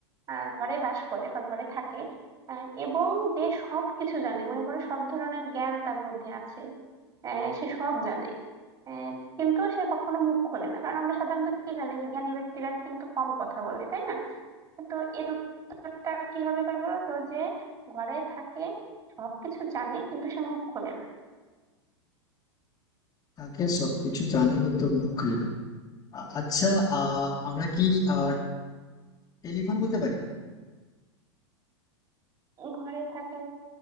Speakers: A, on the right; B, on the left.
A: আহ, ঘরে বাস করে বা ঘরে থাকে আহ, এবং যে সব কিছু জানে মনে করে সব ধরনের জ্ঞান তার মধ্যে আছে আহ, সে সব জানে আহ, কিন্তু সে কখনো মুখ খোলে না কারণ আমরা সাধারণত কি জানি যে জ্ঞানী ব্যক্তিরা কিন্তু কম কথা বলে তাই না তো এর উত্তরটা কি হবে এবার বলো তো যে ঘরে থাকে সবকিছু জানে কিন্তু সে মুখ খোলে না
B: তাকে সবকিছু জানি কিন্তু মুখ খুলে না আ- আচ্ছা আহ আমরা কি আহ টেলিফোন বলতে পারি
A: ঘরে থাকে